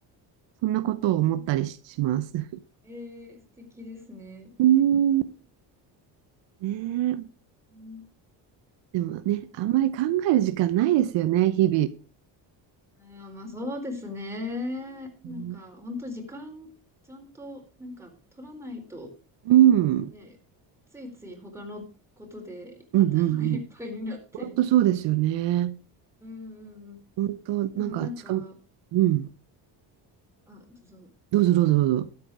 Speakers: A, on the right (about 75°); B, in the centre.
A: そんなことを思ったりしします。
B: うんえー、素敵ですね。
A: うん。
B: えー、
A: ねえ、
B: うん
A: でもね、
B: なんか、
A: あんまり考える時間ないですよね、日
B: あー、まあそうですね。なんか、
A: 々。
B: ほんと時間、ちゃんと、なんか、取らないと、
A: うん、うん、
B: ね、ついつい他のことで頭いっぱいになって。
A: うん、うん。本当そうですよね。
B: うんうん
A: 本当、
B: うん。
A: なんか、
B: でもなんか、
A: しかも、うん、
B: うんあ、どうぞ。
A: どうぞどうぞどうぞ。